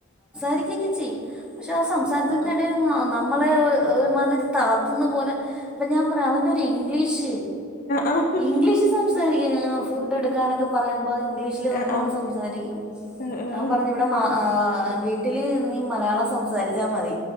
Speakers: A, in the centre; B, on the left.
A: ക്കച്ചെയും പക്ഷെ ആ സംസാരത്തിന്റെ
B: ആഹ്
A: ഇടൽ നമ്മളെ ഒരുമാതിരി- തത്തുന്ന പോലെ ഇപ്പൊ ഞാൻ പറയാ അവന്റെ ഒരു ഇംഗ്ലീഷ്-
B: ആഹ്
A: ഇംഗ്ലീഷ് സംസാരിക്ക ഫുഡ് എടുക്കാനൊക്കെ പറയുമ്പോ- ഇംഗ്ലീഷില് നമ്മളോട്
B: ആഹ് ആഹ്
A: സംസാരിക്കും
B: ആഹ്
A: ഞാൻ പറഞ്ഞു ഇവിടെ മാ - വീട്ടിൽ നീ മലയാളം സംസാരിച്ചാൽ മതി